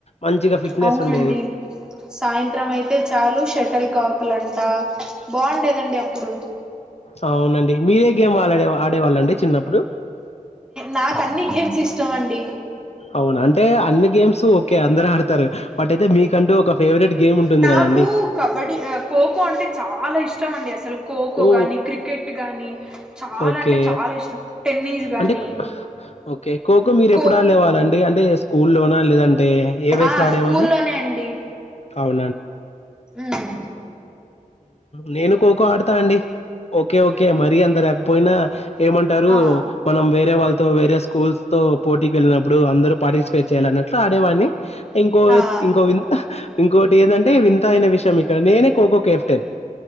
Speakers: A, on the left; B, in the centre.
A: మంచిగా ఫిట్నెస్
B: అవునండి
A: ఉండేది
B: సాయంత్రం అయితే చాలు షటిల్ కాకులు అంట బాగుండేదండి అప్పుడు
A: అ అవునండి మీరే గేమ్ వాలాడే ఆడే ఆడేవాళ్ళండి చిన్నప్పుడు
B: నాక్ అన్నీ గేమ్స్ ఇష్టం అండి
A: అవునా అంటే అన్ని గేమ్స్ ఓకే అందరు ఆడతారు బట్ అయితే మీకంటూ ఒక ఫేవరెట్ గేమ్ ఉంటుంది
B: నాకు
A: కదండి
B: కబడ్డీ ఆ కోకో అంటే చాలా ఇష్ మం అసలు ఖోఖో
A: ఓ
B: గాని క్రికెట్ గాని చాలా
A: ఓకే
B: అంటే చాలా ఇష్టం టెన్నిస్ గాని
A: అంటే ఓకే ోఖో మీరు
B: ఖో
A: ఎప్పుడు ఆలేేవాళ్ళండి అంటే స్కూల్లోనా లేదంటే ఏ వయసులో
B: ఆ
A: ఆడేవాళ్ళు
B: స్కూల్లోనే అండి
A: అవు
B: ఉమ్
A: నే కో క ా అండి ఓకే ఓకే మర అంత లేకపోయినా ఏమంటారు
B: ఆ
A: మనం వేరే వాళ్ళ వేరయా స్కూల్స్ తో పోటీకి వెళ్ళినప్పుడు అందరూ పార్టిసిపేట్ చేయాలిన్నట్లు ఆడేవాని ఇంకో
B: ఆ
A: ఇంకో వి ఇంకోటి ఏంటంటే వింతయిన విషయం నేనే కోఖ కెఫటెన్